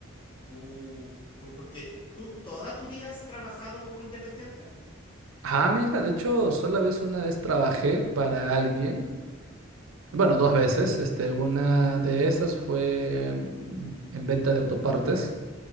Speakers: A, on the left (about 25°); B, on the right (about 75°).
A: tú, tú, porque tú toda tu vida has trabajado como independiente.
B: Ah, mira, de hecho, solo vez una vez trabajé para alguien. Bueno, dos veces. Este, una de esas fue en, en venta de autopartes.